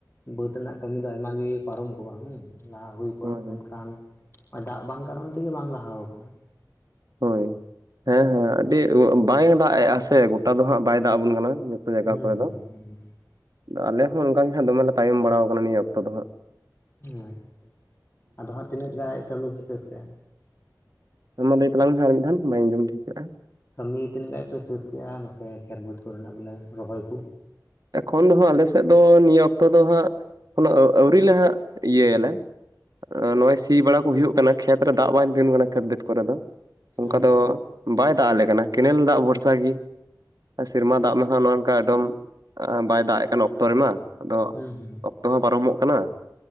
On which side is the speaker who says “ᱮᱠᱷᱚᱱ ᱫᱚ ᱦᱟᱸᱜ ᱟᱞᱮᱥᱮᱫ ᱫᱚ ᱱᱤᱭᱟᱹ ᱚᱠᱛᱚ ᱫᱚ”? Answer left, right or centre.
Right